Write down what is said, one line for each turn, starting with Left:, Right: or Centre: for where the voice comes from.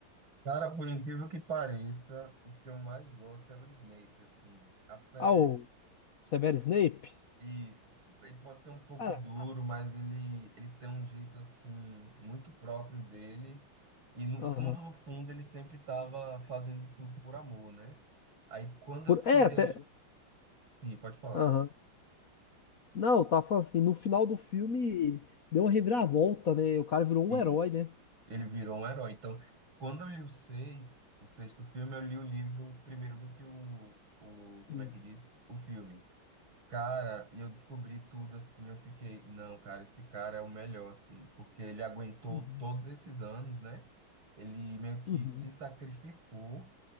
Right: Cara, por incrível que pareça, o que eu mais gosto é o Snape, assim. Até
Left: Ah, o Severo Snape?
Right: Isso, ele pode ser um pouco
Left: Cara,
Right: duro, mas ele, ele tem um jeito assim muito próprio dele. E no fundo,
Left: aham.
Right: no fundo, ele sempre estava fazendo tudo por amor, né? Aí quando
Left: Por,
Right: eu descobri
Left: é, até.
Right: a... his- Sim, pode falar.
Left: Aham. Não, eu tava falando assim, no final do filme deu uma reviravolta, né? O cara virou um
Right: Isso.
Left: herói, né?
Right: Ele virou um herói. Então, quando eu li o seis, o sexto filme, eu li o livro primeiro do que o, o como
Left: Filme.
Right: é que diz? O filme. Cara, e eu descobri tudo assim, eu fiquei, não, cara, esse cara é o melhor, assim, porque ele aguentou
Left: Uhum.
Right: todos esses anos, né? Ele meio que
Left: Uhum.
Right: se sacrificou,